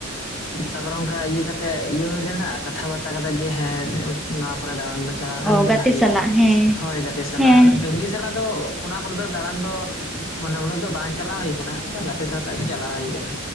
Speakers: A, on the left; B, in the centre.
A: ᱛᱟᱯᱚᱨᱮ ᱚᱱᱠᱟ ᱤᱭᱟᱹ ᱠᱟᱛᱮᱜ ᱤᱭᱟᱹ ᱦᱩᱭ ᱞᱮᱱᱟ ᱠᱟᱛᱷᱟ ᱵᱟᱛᱛᱟ ᱠᱟᱛᱮ ᱡᱮ ᱦᱮᱸ ᱱᱚᱣᱟ ᱠᱚᱨᱮ ᱫᱟᱬᱟᱱ ᱵᱚ ᱪᱟᱞᱟᱜ ᱪᱟᱞᱟᱣ ᱞᱮᱠᱷᱟᱱ
B: ᱚ
A: ᱠᱟᱹᱴᱤᱡᱽ
B: ᱜᱟᱛᱮ
A: ᱵᱷᱟᱜᱤᱜ-ᱟ᱾
B: ᱥᱟᱞᱟᱜ ᱦᱮᱸ
A: ᱦᱳᱭ ᱜᱟᱛᱮ ᱥᱟᱞᱟᱜ
B: ᱦᱮᱸ
A: ᱟᱫᱚ ᱯᱷᱮᱢᱮᱞᱤ ᱥᱟᱞᱟᱜ ᱫᱚ ᱚᱱᱟ ᱠᱚᱨᱮ ᱫᱚ ᱫᱟᱬᱟᱱ ᱫᱚ ᱢᱟᱱᱮ ᱩᱱᱟᱹᱜ ᱫᱚ ᱵᱟᱝ ᱪᱟᱞᱟᱣ ᱦᱩᱭ ᱠᱟᱱᱟ ᱛᱟ ᱜᱟᱛᱮ ᱥᱟᱶ ᱛᱮᱜᱮ ᱪᱟᱞᱟᱣ ᱦᱩᱭ ᱠᱟᱱᱟ᱾